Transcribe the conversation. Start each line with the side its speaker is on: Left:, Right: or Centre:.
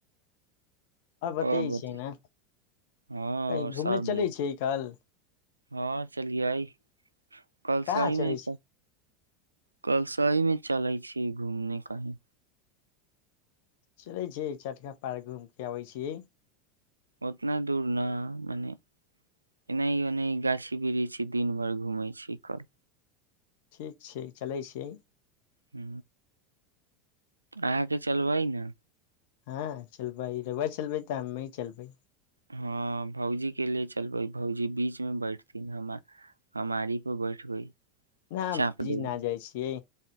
Left: आ बते
Right: और बत
Left: छै ने
Right: हँ
Left: कह
Right: और
Left: घूमने
Right: सब
Left: चलै
Right: नीक
Left: छै कल
Right: हँ चलिआइ कल
Left: कहाँ
Right: सहि नहि
Left: चलै छै
Right: कल साहि मे चलै छी घूमने कहीं
Left: चलै छै चटका पार घूम के अबै छियै
Right: ओतना दूर न मने एनाहि ओनाहि गाछी वृ छी दिन भरि घुमै छी कल
Left: ठीक छै चलै छिय
Right: ह अहाँके चलबै ने
Left: हँ चलबै रहुआ चलबै तऽ हमी चलबै
Right: हँ भौजी के ले चलबै भौजी बीच मे बैठथिन हमर हमारी पर बैठ गई
Left: ना
Right: चाँप
Left: भौजी
Right: देब
Left: ना जाइ छियै